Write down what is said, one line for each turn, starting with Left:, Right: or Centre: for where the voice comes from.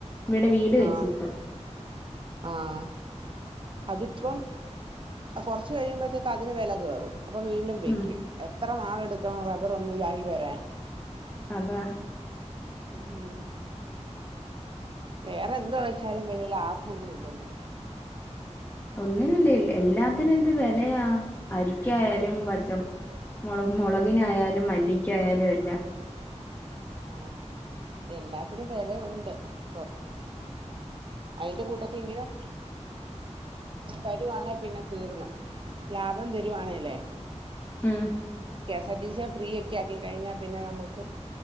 Left: വ്ടെ വീട് വെച്ച്
Right: ആഹ്
Left: ഇപ്പം.
Right: ആഹ് അതിപ്പം കൊറ്ച് കഴിയുമ്പോഴത്തേക്കും അതിന് വെല കേറും അപ്പൊ വീണ്ടും വെക്കും
Left: ഉം
Right: എത്ര നാളെടുക്കണം റബ്ബർ ഒന്ന് ഇതായി വരാൻ.
Left: അതാ
Right: മ് വേറെ എന്ത വെച്ച വെല്ല്യ ലാഭം ഒന്നും ഇല്ലല്ലോ.
Left: ഒന്നിനും ല്ല എല്ലാത്തിനും എന്ത് വെ ലയ അരിക്കായാലും പച്ച മൊ മുള മുളകിനായാ ലും മല്ലിക്കായാലും എല്ലാം
Right: ആ എല്ലാത്തിനും വെലയുണ്ട് ഇപ്പം. അയിന്റെ കൂട്ടത്ത് ഇങ്ങനാ. തരുവാണേ പിന്നെ തീർന്ന്ലാഭം തരുവാണേലെ.
Left: ഉം
Right: സതീസെ ഫ്രീ ഒക്കെ ആക്കി കഴിഞ്ഞാ പിന്നെ നമ്മക്ക്.